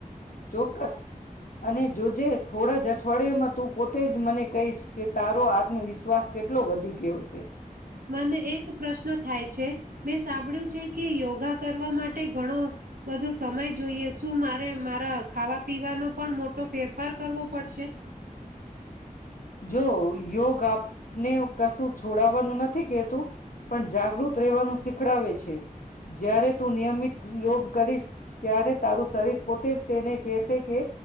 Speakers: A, on the left (about 70°); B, on the right (about 75°).
A: ચોક્કસ. અને જોજે થોડા જ અઠવાડિયમાં તું પોતે જ મને કહીશ કે તારો આત્મવિશ્વાસ કેટલો વધી ગયો છે.
B: મને એક પ્રશ્ન થાય છે મેં સાંભળ્યું છે કે યોગા કરવા માટે ઘણો બધો સમય જોઈએ શું મારે મારા ખાવા પીવાનો પણ મોટો ફેરફાર કરવો પડશે.
A: જો યોગ આપને કશું છોડવાનું નથી કેતું પણ જાગૃત રહેવાનું શીખડાવે છે. જ્યારે તું નિયમિત યોગ. કરીશ ત્યારે તારું શરીર પોતે તેને કહેશે કે